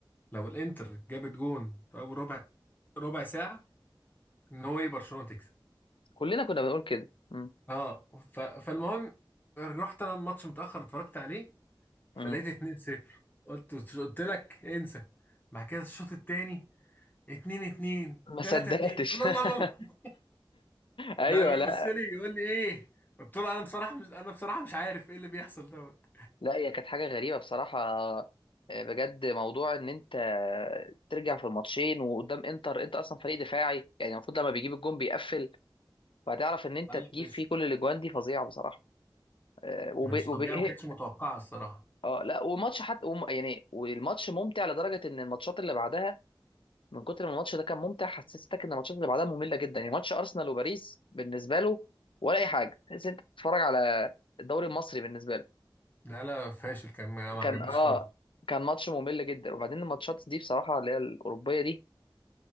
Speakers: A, on the left (about 20°); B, on the left (about 80°).
A: لو الانتر جابت جون في اول ربع ربع ساعه ان هو ايه برشلونه تكسب
B: كلنا كنا بنقول كده مم.
A: اه ف... فالمهم رحت انا الماتش متاخر اتفرجت عليه فلقيت
B: مم.
A: 2-0 قلت قلت لك انسى بعد كده الشوط التاني 2-2
B: ما
A: 3-2
B: صدقتش
A: الله الله
B: <laughs>
A: الله الله.
B: ايوه
A: ده بيبص
B: لا
A: لي يقول لي ايه قلت له انا بصراحه مش انا بصراحه مش عارف ايه اللي بيحصل دوت
B: لا هي كانت حاجه غريبه بصراحه آه، بجد موضوع ان انت ترجع في الماتشين وقدام انتر انت اصلا فريق دفاعي يعني المفروض لما بيجيب الجون بيقفل فهتعرف ان انت
A: لا
B: تجيب
A: مش
B: فيه كل الاجوان دي فظيعه بصراحه آه، وب...
A: مش
B: وب...
A: طبيعه
B: إيه؟
A: ما كانتش متوقعه الصراحه
B: اه لا وماتش حتى وم... يعني والماتش ممتع لدرجه ان الماتشات اللي بعدها من كتر ما الماتش ده كان ممتع حسستك ان الماتشات اللي بعدها ممله جدا يعني ماتش ارسنال وباريس بالنسبه له ولا اي حاجه تحس إن انت بتتفرج على الدوري المصري بالنسبه له
A: لا لا فاشل كان ما ما
B: كان
A: عجبنيش
B: اه
A: خالص
B: كان ماتش ممل جدا وبعدين الماتشات دي بصراحه اللي هي الاوروبيه دي